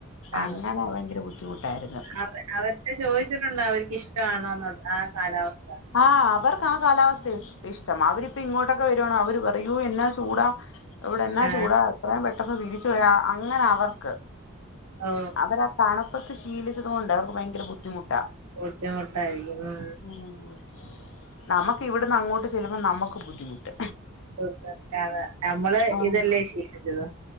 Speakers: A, on the right; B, on the left.
A: ആണ്
B: അങ്ങനെ
A: ട്ടോ.
B: ഭയങ്കര ബുദ്ധിമുട്ടായിരുന്നു
A: അവ- അവർക്ക് ചോദിച്ചിട്ടുണ്ട് അവർക്കിഷ്ടമാണോന്ന് ആ കാലാവസ്ഥ
B: ആ അവർക്ക് ആ കാലാവസ്ഥയാ ഇ ഇഷ്ടം അവരിപ്പ ഇങ്ങോട്ടൊക്കെ വരുവാണേ അവര് പറയൂ എന്നാ ചൂടാ ഇവിടെ എന്നാ
A: ആ
B: ചൂടാ എത്രയും പെട്ടെന്ന് തിരിച്ചു പോയാ അങ്ങനാ അവർക്ക്
A: ഓ
B: അവര് തണുപ്പത്ത് ശീലിച്ചത് കൊണ്ട് അവർക്ക് ഭയങ്കര ബുദ്ധിമുട്ടാ
A: ബുദ്ധിമുട്ടായിരിക്കും ആ
B: ഉം നമുക്ക് ഇവിടുന്ന് അങ്ങോട്ട് ചെല്ലുമ്പോ നമുക്ക് ബുദ്ധിമുട്ട്
A: <unintelligible> നമ്മള്
B: ആ
A: ഇതല്ലേ ശീലിച്ചത്